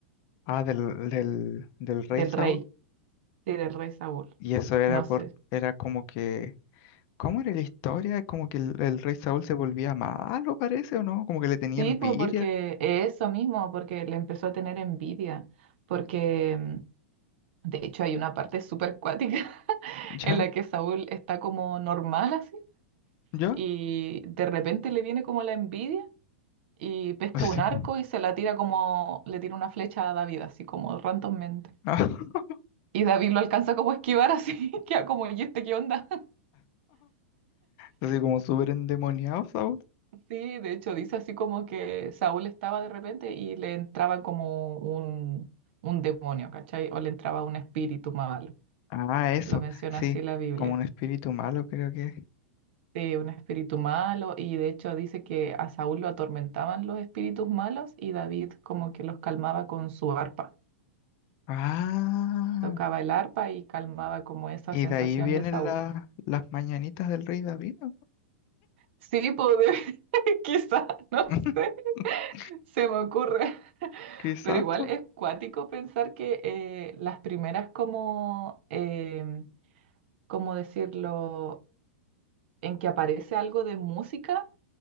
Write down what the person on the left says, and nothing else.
Ah, del, del, del Rey
Saúl.
Y eso era
por,
era como que, ¿cómo era la historia? Como que el, el rey Saúl se volvía malo, parece, o no, como que le tenía
envidia,
¿ya?
¿Ya?
Así
como,
<laughs>
así como súper endemoniado Saúl.
Ah, eso,
sí,
como un espíritu malo creo que. es.
Ah,
y
de ahí vienen
la- las mañanitas del rey David, ¿no?
<laughs>
quizás,
pues,